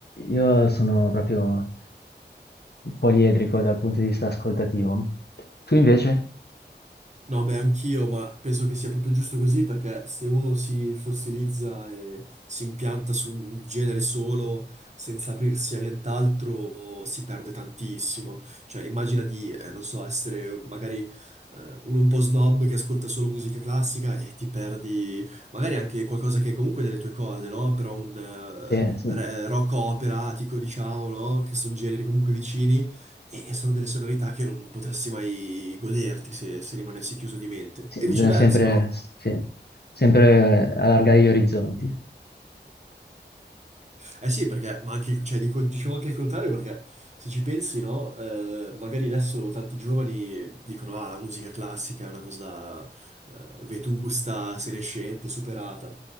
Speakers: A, on the left; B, on the right.
A: Io sono proprio poliedrico dal punto di vista ascoltativo. Tu invece?
B: No, beh, anch'io, ma penso che sia proprio giusto così perché se uno si fossilizza e si impianta su un genere solo senza aprirsi a nient'altro si perde tantissimo. Cioè, immagina di, eh, non so, essere magari eh, uno un po' snob che ascolta solo musica classica e ti perdi magari anche qualcosa che è comunque nelle tue corde, no? Però un eh,
A: Sì, sì.
B: re- rock operatico, diciamo, no? Che sono generi comunque vicini e, e sono delle sonorità che non, non potresti mai goderti se, se rimanessi chiuso di mente.
A: Sì,
B: E
A: bisogna
B: viceversa,
A: sempre,
B: no?
A: sì, sempre allargare gli orizzonti.
B: Eh sì, perché, ma anche, il- cioè, dico, dicevo anche il contrario, perché se ci pensi, no, eh, magari adesso tanti giovani dicono, ah, la musica classica è una cosa eh, vetusta, senescente, superata.